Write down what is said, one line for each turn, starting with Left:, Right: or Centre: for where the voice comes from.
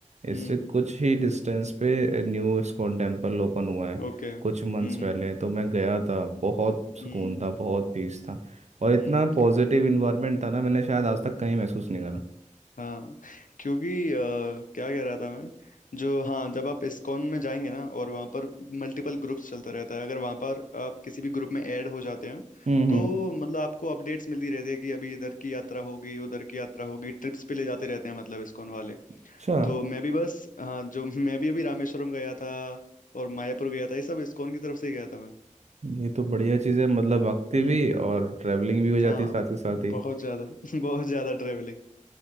Right: इससे
Left: हम्म
Right: कुछ ही डिस्टेंस पे न्यू इस्कॉन टेम्पल ओपन हुआ है
Left: ओके हम्म
Right: कुछ मंथ्स पहले
Left: okay,
Right: तो मैं गया था बहुत
Left: हम्म
Right: सुकून
Left: हम्म
Right: था बहुत पीस था और इतना
Left: हम्म
Right: पॉजिटिव इन्वायरमेंट था ना मैंने शायद आज तक कहीं महसूस नहीं करा
Left: हाँ क्योंकि अ, क्या कह रहा था मैं जो हाँ जब आप इस्कॉन में जाएंगे ना और वहाँ पर मल्टीपल ग्रुप्स चलता रहता है अगर वहाँ पर आप किसी भी ग्रुप में ऐड हो जाते हैं
Right: हम्म
Left: तो
Right: हम्म
Left: मतलब आपको अपडेट्स मिलती रहती है कि अभी इधर की यात्रा होगी उधर की यात्रा होगी ट्रिप्स पे ले जाते रहते हैं मतलब इस्कॉन वाले
Right: अच्छा
Left: तो मैं भी बस हाँ जो <laughs> मैं भी अभी रामेश्वरम गया था और मायापुर गया था ये सब इस्कॉन की तरफ से ही गया था मैं
Right: ये तो बढ़िया चीज़ है मतलब भक्ति
Left: हम्म
Right: भी और ट्रैवलिंग भी हो जाती
Left: हाँ
Right: है साथ के साथ ही
Left: बहुत ज्यादा <laughs> बहुत ज्यादा ट्रेवलिंग